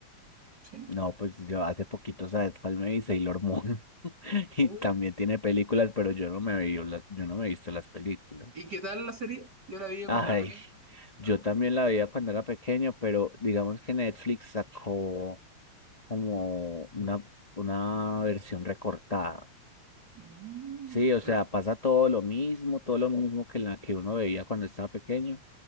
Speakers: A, on the right; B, on the left.
A: Sí.
B: No, pues yo hace poquito, ¿sabes cuál me vi? Sailor Moon. <laughs> Y
A: Uh,
B: también tiene películas, pero yo no me vi, la- yo no me he visto las películas.
A: ¿y qué tal la serie? Yo la vi cuando
B: Ay,
A: era pequeño, pero
B: yo
A: algunas.
B: también la veía cuando era pequeño, pero digamos que Netflix sacó como una, una versión recortada.
A: Mm,
B: Sí, o
A: pero
B: sea, pasa todo lo mismo, todo lo mismo que la que uno veía cuando estaba pequeño,